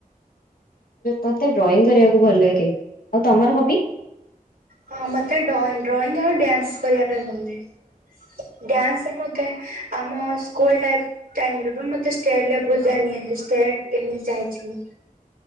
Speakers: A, on the left; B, on the right.
A: ମତେ ଡ୍ରଇଂ କରିବାକୁ ଭଲ ଲାଗେ ଆଉ ତମର ହବି।
B: ହଁ ମତେ ଡ୍ରଇଂ ଡ୍ରଇଂ ଆଉ ଡ୍ୟାନ୍ସ କରିବା ପାଇଁ ଭଲ ଲାଗେ। ଡ୍ୟାନ୍ସ ରେ ମୋତେ ଆମ ସ୍କୁଲ ଟାଇ ଟାଇମ୍ ରୁ ବି ମତେ ଷ୍ଟେଟ ଲେବୁଲ ଯାଏଁ ନିଆହେଇ ଷ୍ଟେଟ ଏମି ଯାଇଛି ମୁଁ।